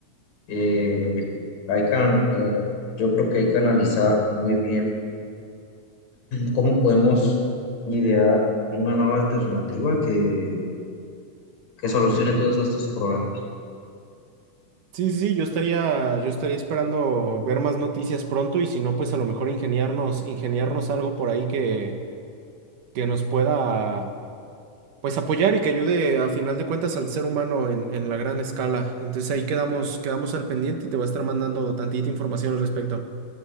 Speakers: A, on the left; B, on the right.
A: eh, hay can- eh, yo creo que hay que analizar muy bien cómo podemos idear una nueva alternativa que, que solucione todos estos problemas.
B: Sí, sí, yo estaría, yo estaría esperando ver más noticias pronto y si no, pues a lo mejor ingeniarnos, ingeniarnos algo por ahí que, que nos pueda Pues apoyar y que ayude a final de cuentas al ser humano en, en la gran escala. Entonces ahí quedamos, quedamos al pendiente y te voy a estar mandando tantita información al respecto.